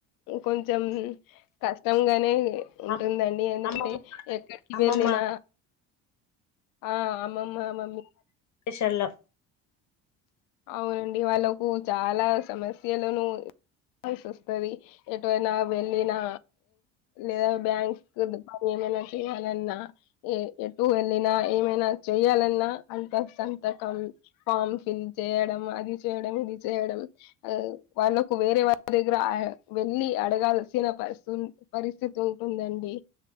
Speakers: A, on the left; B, on the left.
A: కొంచెం క ష్టంగానే ఉంటుందండి
B: అమ్ అమ్మమ్మ
A: ఎందుకంటే ఎక్కడ్కి
B: అమ్మమ్మ
A: వెళ్ళిన ఆ అమ్మమ్మ అమమ్
B: షెల్ల
A: అవునండి వాళ్ళకు చాలా సమస్యలను కాలసి వస్తది ఎటువైనా వెళ్ళినా లేదా బ్యాంక్ ఏమైనా చేయాలన్నా ఏ ఎటు వెళ్ళినా ఏమైనా చెయాలన్నా అంత సంతకం ఫామ్ ఫిల్ చేయడం అది చేయడం ఇది చేయడం అ వాళ్ళకు వేరే వాళ్ళ దగ్గర అయ్ వెళ్లి అడగల్ సిన పర్ సుస్ పరిస్థితి ఉంటుందండి